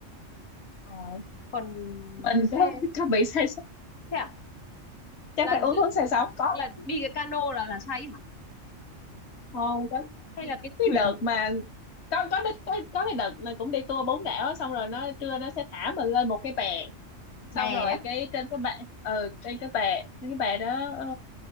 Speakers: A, on the left; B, on the left.
A: ờ,
B: còn
A: mình
B: xe
A: có <laughs> có bị say sóng
B: xe à?
A: chắc
B: là
A: phải uống thuốc say sóng có
B: là đi cái cano là là say hả
A: không có
B: hay là cái
A: cái
B: thuyền
A: đợt mà có có đích- có có cái đợt mà cũng đi tour bốn đảo á, xong rồi nó trưa nó sẽ thả mình lên một cái bè
B: bè
A: xong rồi
B: á?
A: cái trên cái bệ ừ trên cái bè trên cái bè đó ờ,